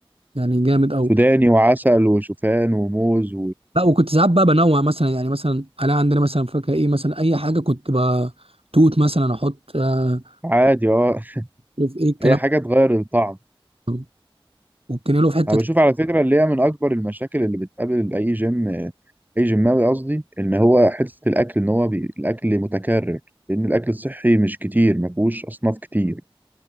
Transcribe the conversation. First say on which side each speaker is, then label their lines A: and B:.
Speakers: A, on the right (about 80°); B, on the right (about 20°).
A: يعني جامد قوي
B: سوداني وعسل وشوفان وموز
A: لا وكنت ساعات بقى بنوع مثلا يعني مثلا انا عندنا مثلا فاكهه ايه مثلا اي حاجه كنت بقى توت مثلا احط آه
B: وعادي اه <laughs>
A: في ايه الكلام
B: اي حاجة تغير الطعم
A: ده. وبتنقله في حته
B: انا
A: تانية.
B: بشوف على فكرة اللي هي من اكبر المشاكل اللي بتقابل اي جيم اي جيماوي قصدي ان هو حتة الاكل ان هو بي... الاكل متكرر لان الاكل الصحي مش كتير ما فيهوش اصناف كتير